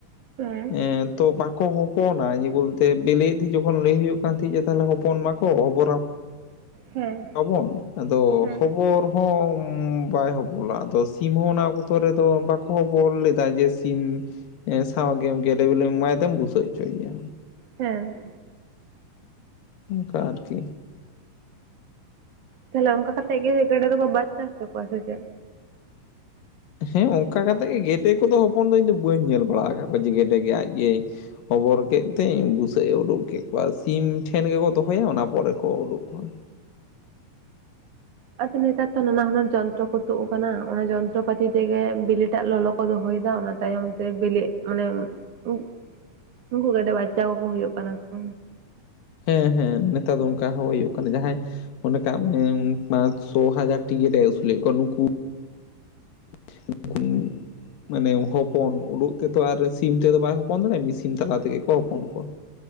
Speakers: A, on the right; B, on the left.
A: ᱦᱮᱸ
B: ᱮᱸᱻ ᱛᱚ ᱵᱟ ᱠᱚ ᱦᱚᱯᱚᱱᱟ, ᱡᱮ ᱵᱚᱞᱛᱮ ᱵᱮᱞᱮᱭᱮ ᱛᱟᱦᱮᱸ ᱡᱚᱠᱷᱚᱱ ᱞᱟᱹᱭ ᱦᱩᱭᱩᱜ ᱠᱟᱱ ᱛᱟᱦᱮᱸᱡ ᱡᱮ ᱛᱟᱦᱚᱞᱮ ᱦᱚᱯᱚᱱ ᱢᱟᱠᱚ ᱚᱵᱚᱨ ᱟᱠᱚ
A: ᱦᱮᱸ
B: ᱟᱵᱚᱱ ᱟᱫᱚ
A: ᱦᱮᱸ
B: ᱠᱷᱚᱵᱚᱨ ᱦᱚᱸ ᱵᱟᱭ ᱦᱚᱵᱚᱞᱟ ᱟᱫᱚ ᱥᱤᱢ ᱦᱚᱸ ᱚᱱᱟ ᱚᱠᱛᱚ ᱨᱮᱫᱚ ᱵᱟᱠᱚ ᱦᱚᱵᱚᱞ ᱞᱮᱫᱟ ᱡᱮ ᱥᱤᱢ ᱮᱸ ᱥᱟᱶᱜᱮᱢ ᱜᱮᱰᱮ ᱵᱮᱞᱮ ᱮᱢᱟᱭ ᱛᱮᱢ ᱵᱩᱥᱟᱹᱜ ᱦᱚᱪᱚ ᱮᱭᱟ᱾
A: ᱦᱮᱸ᱾
B: ᱚᱱᱠᱟ ᱟᱨᱠᱤ,
A: ᱛᱟᱦᱚᱞᱮ ᱚᱱᱠᱟ ᱠᱟᱛᱮ ᱜᱮ ᱜᱮᱰᱮ ᱫᱚᱠᱚ ᱵᱟᱪᱪᱟ ᱦᱚᱪᱚ ᱠᱚᱣᱟ ᱥᱮ ᱪᱮᱫ?
B: ᱦᱮᱸ ᱚᱱᱠᱟ ᱠᱟᱛᱮ ᱜᱮ ᱜᱮᱰᱮ ᱠᱚᱫᱚ ᱦᱚᱯᱚᱱ ᱫᱚ ᱤᱧ ᱫᱚ ᱵᱟᱹᱧ ᱧᱮᱞ ᱵᱟᱲᱟ ᱟᱠᱟᱫ ᱠᱚᱣᱟ, ᱡᱮ ᱜᱮᱰᱮ ᱜᱮ ᱟᱡ ᱜᱮᱭ ᱦᱚᱵᱚᱨ ᱠᱮᱫ ᱛᱤᱧ ᱵᱩᱥᱟᱹᱜ ᱮ ᱩᱰᱩᱠ ᱠᱮᱫ ᱠᱚᱣᱟ, ᱥᱤᱢ ᱴᱷᱮᱱ ᱜᱮᱠᱚ ᱫᱚᱦᱚᱭᱟ ᱚᱱᱟ ᱯᱚᱨᱮ ᱠᱚ ᱩᱰᱩᱠ ᱠᱚᱣᱟ᱾
A: ᱟᱫᱚ ᱱᱮᱛᱟᱨ ᱛᱚ ᱱᱟᱱᱟ ᱦᱩᱱᱟᱨ ᱡᱚᱱᱛᱨᱚ ᱠᱚ ᱛᱩᱫ ᱟᱠᱟᱱᱟ, ᱚᱱᱟ ᱡᱚᱱᱛᱨᱚ ᱯᱟᱹᱛᱤ ᱛᱮᱜᱮ ᱵᱤᱞᱤᱴᱟᱜ ᱞᱚᱞᱚ ᱠᱚ ᱫᱚᱦᱚᱭ ᱫᱟ ᱚᱱᱟ ᱛᱟᱭᱚᱢᱛᱮ ᱵᱤᱞᱤᱜ ᱢᱟᱱᱮ ᱩᱱ ᱩᱱᱠᱩ ᱜᱮᱰᱮ ᱵᱟᱪᱪᱟ ᱠᱚᱠᱚ ᱦᱩᱭᱩᱜ ᱠᱟᱱᱟ ᱠᱚ᱾
B: ᱦᱮᱸ ᱦᱮᱸ ᱱᱮᱛᱟᱨ ᱫᱚ ᱚᱱᱠᱟ ᱦᱚᱸ ᱦᱩᱭᱩᱜ ᱠᱟᱱᱟ ᱡᱟᱦᱟᱸᱭ, ᱚᱱᱠᱟ ᱢᱟᱱᱮ ᱯᱟᱸᱪ ᱪᱷᱚ ᱦᱟᱡᱟᱨ ᱴᱤ ᱜᱮᱰᱮ ᱟᱹᱥᱩᱞᱮᱫ ᱠᱚᱣᱟᱭ ᱱᱩᱠᱩ <inaudible> ᱢᱟᱱᱮ ᱦᱚᱯᱚᱱ ᱩᱰᱩᱜ ᱛᱮ ᱫᱚ ᱟᱨ ᱥᱤᱢ ᱛᱮᱫᱚ ᱵᱟᱭ ᱦᱚᱯᱚᱱ ᱫᱟᱲᱮᱭᱟᱜᱼᱟ, ᱥᱤᱢ ᱛᱟᱞᱟ ᱛᱮ ᱜᱮ ᱠᱚ ᱦᱚᱯᱚᱱ ᱠᱚᱣᱟ᱾